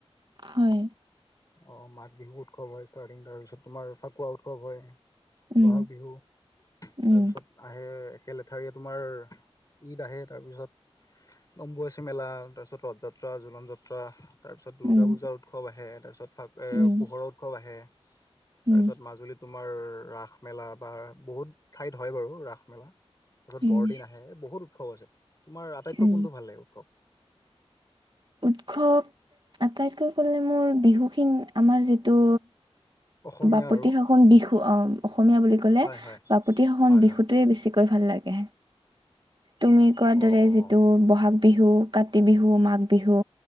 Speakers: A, on the right; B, on the left.
A: হয়।
B: অ মাঘ বিহু উৎসৱ হয় ষ্টাৰ্টিং তাৰপিছত তোমাৰ ফাকুৱা উৎসৱ হয়।
A: উম
B: বহাগ বিহু তাৰপিছত
A: উম
B: আহে একেলেঠাৰীয়ে তোমাৰ ঈদ আহে তাৰপিছত অম্বুবাচী মেলা তাৰপিছত ৰথযাত্ৰা জলন যাত্ৰ ত্ৰা, তাৰপিছত দুৰ্গা
A: উম
B: পূজাৰ উৎসৱ আহে তাৰপিছত ফা এ
A: উম
B: পোহৰৰ উৎসৱ আহে। তাৰপিছত
A: উম
B: মাজুলীত তোমাৰ ৰাস মেলা বা বহুত ঠাইত হয় বাৰু ৰাস মেলা। পাছত
A: উম
B: বৰদিন আহে বহুত উৎসৱ আছে তোমাৰ আটাইতকৈ
A: উম
B: কোনটো ভাল লাগে উৎসৱ।
A: উৎসৱ আটাইতকৈ ক'লে মোৰ বিহুখিনি আমাৰ যিটো
B: অসমীয়া
A: বাপতি
B: আৰু
A: সাহন বিহু অ অসমীয়া বুলি ক'লে
B: হয় হয়
A: বাপতি সাহন
B: হয়
A: বিহুত
B: হয়
A: টোৱে বেছিকৈ ভাল লাগে, তুমি কোৱাৰ
B: অ
A: দৰে
B: অ
A: যিটো বহাগ বিহু কাতি বিহু মাঘ বিহু